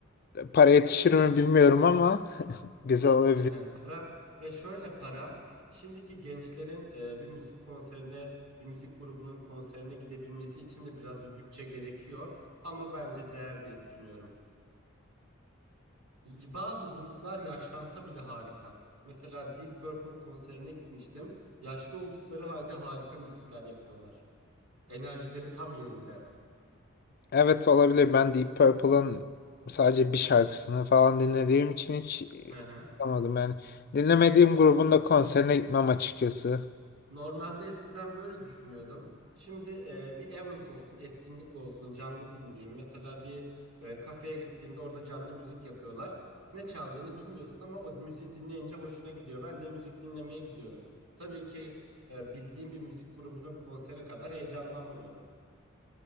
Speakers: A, on the left; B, on the right.
A: para yetişir mi bilmiyorum ama <laughs> güzel olabilir.
B: Hı hı, Para ya şöyle para şimdiki gençlerin e, bir müzik konserine bir müzik grubunun konserine gidebilmesi için de biraz bir bütçe gerekiyor ama bence değer diye düşünüyorum. Y- Bazı gruplar yaşlansa bile harika. Mesela Deep Purple konserine gitmiştim. Yaşlı oldukları halde harika müzikler yapıyorlar. Enerjileri tam yerinde.
A: Evet olabilir. Ben Deep Purple'ın sadece bir şarkısını falan dinlediğim için hiç
B: Hı hı.
A: anlamadım. Yani dinlemediğim grubun da konserine gitmem açıkçası.
B: Normalde eskiden böyle düşünüyordum. Şimdi e, bir event olsun, etkinlik olsun, canlı dinleyeyim. Mesela bir e, kafeye gittiğinde orada canlı müzik yapıyorlar. Ne çaldığını bilmiyorsun ama o müziği dinleyince hoşuna gidiyor. Ben de müzik dinlemeye gidiyorum. Tabii ki e, bildiğim bir müzik grubunun konseri kadar heyecanlanmıyorum.